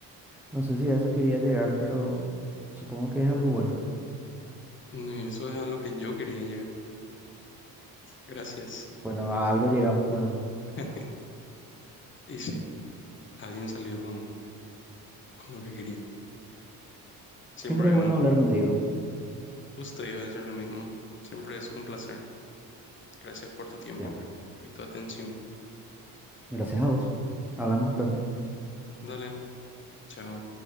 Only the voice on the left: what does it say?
Mm, Y eso es a lo que yo quería llegar. Gracias.
<laughs> Y sí, alguien salió con, con lo que quería. Siempre
un
gusto, iba a decir lo mismo. Siempre es un placer. Gracias por tu tiempo
y tu atención.
Dale, chao.